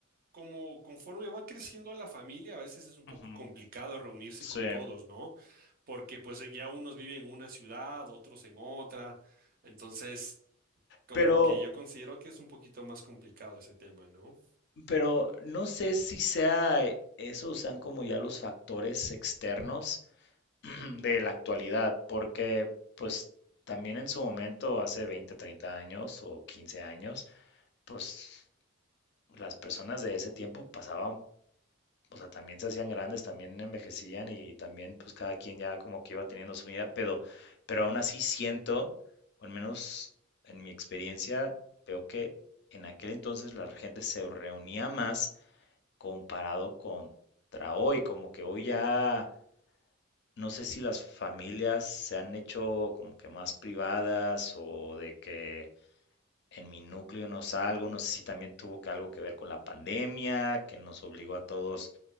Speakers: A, on the right; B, on the left.
A: como conforme va creciendo la familia, a veces es un poco
B: Ujú,
A: complicado reunirse
B: Sí.
A: con todos, ¿no? Porque pues eh, ya unos viven en una ciudad, otros en otra. Entonces, como
B: Pero,
A: que yo considero que es un poquito más complicado ese tema, ¿no?
B: pero no sé si sea eh, esos sean como ya los factores externos <clears throat> de la actualidad, porque pues también en su momento, hace 20, 30 años o 15 años, pues las personas de ese tiempo pasaban, o sea, también se hacían grandes, también envejecían y también pues cada quien ya como que iba teniendo su vida, pero, pero aún así siento, o al menos en mi experiencia, veo que en aquel entonces la gente se reunía más comparado contra hoy, como que hoy ya no sé si las familias se han hecho como que más privadas o de que en mi núcleo no salgo, no sé si también tuvo que algo que ver con la pandemia, que nos obligó a todos